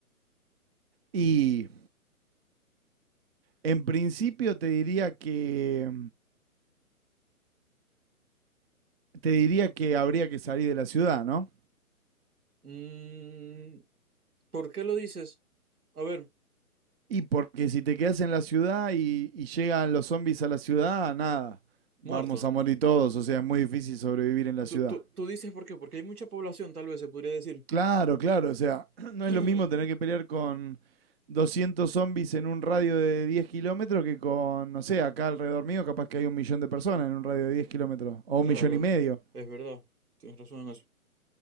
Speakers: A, on the right; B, on the right.
A: Y En principio te diría que te diría que habría que salir de la ciudad, ¿no?
B: Mm, ¿por qué lo dices? A ver,
A: Y porque si te quedas en la ciudad y, y llegan los zombies a la ciudad, nada, vamos
B: muerto.
A: a morir todos, o sea, es muy difícil sobrevivir en la
B: Tú,
A: ciudad.
B: tú, tú dices por qué, porque hay mucha población, tal vez se podría decir.
A: Claro, claro, o sea, <clears throat> no
B: <clears throat>
A: es lo mismo tener que pelear con 200 zombies en un radio de 10 kilómetros que con, no sé, acá alrededor mío capaz que hay un millón de personas en un radio de 10 kilómetros, o
B: Claro,
A: un millón y medio.
B: es verdad, tienes razón en eso.